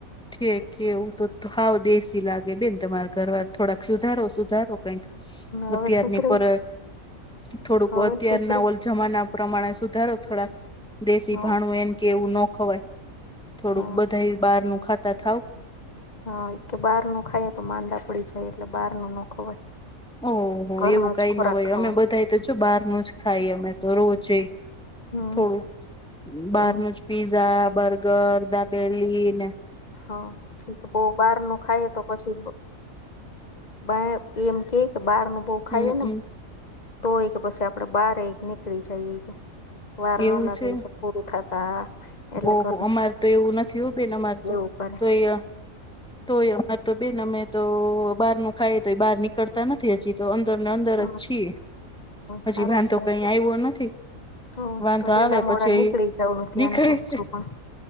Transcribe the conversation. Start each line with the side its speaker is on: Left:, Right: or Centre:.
Centre: ઠક એવું તો હાવ દેશી લાગે બેન તમારા ઘરવાર થોડાક સુધારો સુધારો કંઈક.
Left: હવે
Centre: અત આારમની
Left: સુધરે
Centre: પરત. થોડુંક
Left: હવે
Centre: અત્યારના
Left: સુધરે
Centre: ઓલ જમાના પ્રમાણે સુધારો થોડાક. દેશી
Left: હ
Centre: ભાણું એમ કે એવું ન ખવાય થોડુંક
Left: હ
Centre: બધા બહાર નું ખાતા થાવ.
Left: હા કે બહાર નું ખાઈ તો માંદા પડી જાય એટલે બહાર નું ના ખવાય.
Centre: ઓહ
Left: ઘરનો
Centre: એવું કઈ
Left: જ ખોરાક
Centre: ન હોય
Left: ખવાય
Centre: અમે બધા. તો જો બહારનું જ ખાઈ અમે તો રોજે
Left: હમ
Centre: થોડું બહારનું
Left: હમ
Centre: જ પિઝા બર્ગર દાપેલીન.
Left: હા બહ બહાર નું ખાય તો પછી બા એમ કે કે બહાર ન બહ ખાઈ
Centre: હમમ
Left: ને તોય કે પછી આપડે બહાર એ નીકળી જઈએ કે વાર
Centre: એવું
Left: ન લાગે.
Centre: છે
Left: પ થતા. એટલે
Centre: ઓહો
Left: ઘર
Centre: અમારે તો એવું નથી હોયું બેન અમાર તો
Left: એવું કરે
Centre: તો એ તોય અમાર તો બેન અમે તો બહાર નું ખાઈએ તો બહાર નીકળતા ને. હજી તો અંદરને અંદર
Left: હ
Centre: જ છીએ,
Left: સારું
Centre: હજી વાંધો
Left: કેવાય
Centre: કઈ આવ્યો નથી.
Left: તો હ
Centre: વાંધો
Left: તો વેલા
Centre: આવે
Left: મોડા
Centre: પછી,
Left: નીકળી જાવ નું ધ્યાન
Centre: નીકળી
Left: રાખજો પણ